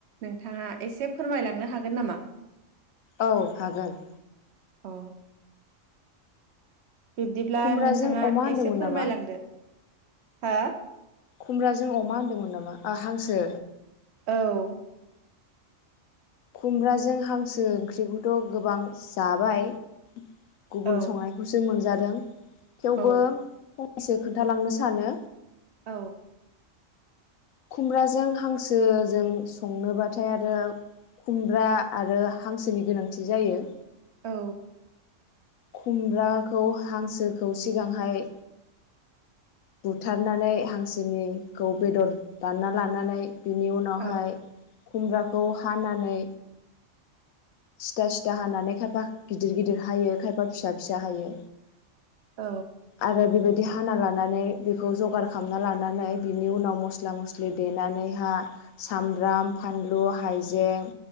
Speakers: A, on the right; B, on the left.
A: नोंथाङा एसे फोरमायलांनो हागोन नामा
B: औ हागोन
A: औ बिब्दिब्ला
B: खुमब्राजों
A: नोंथाङा
B: अमा होनदोंमोन
A: एसे फोरमायलांदो
B: नामा
A: हा
B: खुमब्राजों अमा होनदोंमोन नामा हांसो
A: औ
B: खुमब्राजों हांसो ओंख्रिखौथ' गोबां जाबाय गुबुन
A: औ
B: संनायखौसो मोनजा दों थेवबो
A: औ
B: एसे खोन्थालांनो सानो
A: औ
B: खुमब्राजों हांसोजों संनोबाथाय आरो खुमब्रा आरो हांसोनि गोनांथि जायो
A: औ
B: खुमब्राखौ हांसोखौ सिगांहाय बुथारनानै हांसोनिखौ बेदर दानना लानानै बिनि उनावहाय
A: औ
B: खुमब्राखौ हानानै सिथा सिथा हानानै खायफा गिदिर गिदिर हायो खायफा फिसा फिसा हायो
A: औ
B: आरो बेबाय दि हाना लानानै बेखौ जगार खालामना लानानै बिनि उनाव मस्ला मस्लि देनानैहा सामब्राम फानलु हाइजें